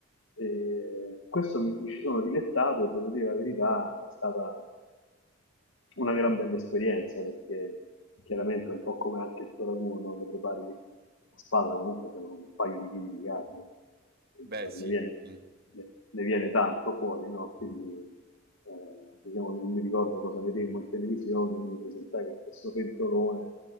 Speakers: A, on the left; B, on the right.
A: E questo mi, mi ci sono dilettato e devo dire la verità, è stata una gran bella esperienza perché chiaramente un po' come anche il tuo ragù, no? lo prepari a spalla comunque sono un paio di chili di carne, quindi
B: beh
A: insomma,
B: sì,
A: ne, viene,
B: sì.
A: ne, ne viene tanto fuori, no? quindi eh, diciamo, non mi ricordo cosa vedemmo in televisione, mi presentai con questo pentolone